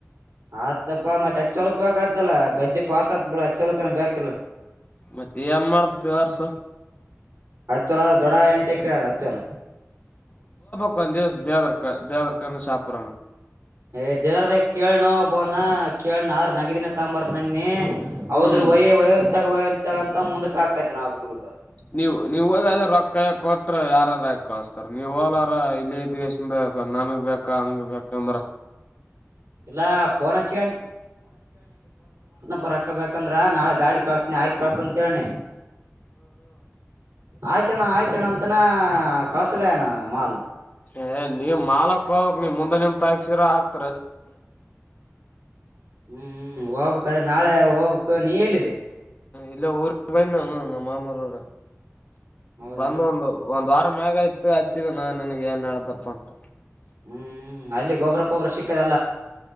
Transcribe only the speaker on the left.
ಮತ್ತೆ ಏನ್ ಮಾಡ್ತ ಪೇವರ್ಸ
ದ ದೇದ ದೇದರ್ಕ್ಕಾನು ಸಾಪ್ರಾನು
ಹ್ಮ್
ನೀವ್ ನೀವ್ ಹೋಗ ರೊಕ್ಕಾಯ ಕೊಟ್ರ ಯಾರಾದ ಕಳಸ್ತಾರ ನೀವ್ ಹೋಲಾರ ಇಲ್ಲೇ ಇದ್ದು ನನ್ಗ್ ಬೇಕಾ ಹಂಗ ಬೇಕಂದ್ರ
ಏ ನೀವ್ ಮಾಲಕ್ ಹೋಗ್ಕ್ ನೀಮ್ ಮುಂದೆ ನಿಂತಾಗ ಶಿರ ಆಗ್ತಾರ ಅದು
ಇಲ್ಲ ಊರ್ ಬಂದ ನಾನು ನಮ್ಮ ಮಾಮಾರ
ಬಂದ್ ಒಂದು ಒಂದ್ ವಾರ ವಾರ ಮ್ಯಗಯ್ತು ಹಚ್ಚಿದ ನಾ ನಿನ್ಗ್ ಏನ್ ಮಾಡಡ್ದಪ್ಪ ಅಂತ